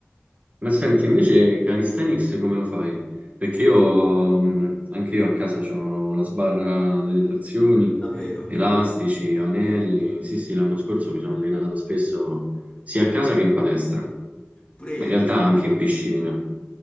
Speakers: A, on the right; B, on the left.
A: Ma senti, invece calisthenics come lo fai? Perché io, mh, anche io a casa ho la sbarra delle trazioni,
B: Davvero?
A: elastici, anelli. Sì, sì, l'anno scorso mi sono allenato spesso sia a casa che in palestra,
B: Pure io.
A: ma in realtà anche in piscina.